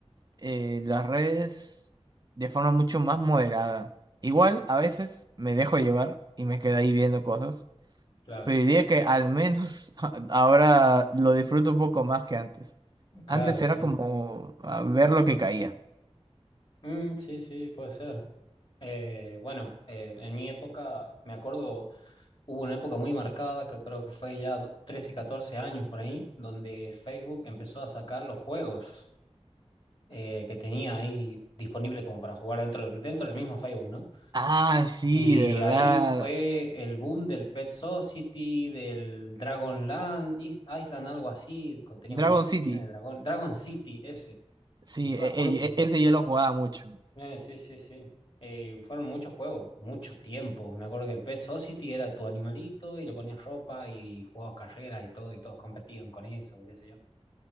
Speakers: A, on the right; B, on the left.
A: eh, las redes de forma mucho más moderada. Igual a veces me dejo llevar y me quedo ahí viendo cosas,
B: claro.
A: pero diría que al menos <laughs> ahora lo disfruto un poco más que antes.
B: Claro,
A: Antes
B: sí.
A: era como a ver lo que caía.
B: Mm, sí, sí, puede ser. Eh, bueno, eh, en mi época me acuerdo Hubo una época muy marcada, que creo que fue ya do- 13, 14 años por ahí, donde Facebook empezó a sacar los juegos eh, que tenía ahí disponibles como para jugar dentro del, dentro del mismo Facebook, ¿no?
A: Ah, sí,
B: Y
A: verdad.
B: ahí fue el boom del Pet Society, del Dragon Land, Is- Island, algo así, con- tenías
A: Dragon
B: una isla
A: City.
B: llena de dragón, Dragon City ese.
A: Sí,
B: Y yo
A: e-
B: me acuerdo
A: e-
B: que
A: e- ese yo lo jugaba mucho.
B: Eh, sí, sí, sí. Eh, fueron muchos juegos, mucho tiempo. Me acuerdo que el Pet Society era tu animalito y le ponías ropa y jugabas carreras y todo, y todos competían con eso, qué sé yo.